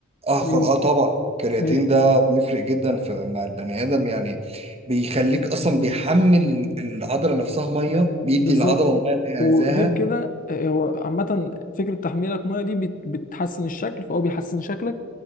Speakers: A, on the right (about 30°); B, on the left (about 40°).
A: اه
B: من
A: خد- اه طبعا الكرياتين
B: من
A: ده بيفرق جدا في مع البني ادم يعني بيخليك اصلا بيحمل العضله نفسها ميه بيدي
B: بالظبط
A: العضله الميه اللي
B: وغير
A: هي عايزاها
B: كده آه، هو عامة فكرة تحميلك مية دي بت- بتحسن الشكل فهو بيحسن شكلك